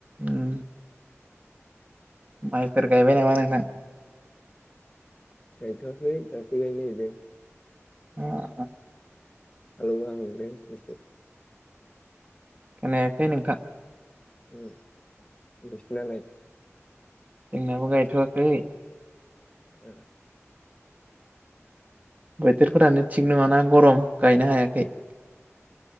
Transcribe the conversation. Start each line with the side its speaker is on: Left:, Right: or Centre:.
Right: उम माइफोर गायबाय नामा नोंथां?
Left: गायथ'वाखै दासो गायनोनागिरदों
Right: अ
Left: <inaudible>
Right: खोनायाखै नोंथां?
Left: <inaudible> नोंसिनालाय
Right: जोंनाबो गायथ'वाखै
Left: ए
Right: बोथोरफोरानो थिग नङााना गरम गायनो हायाखै।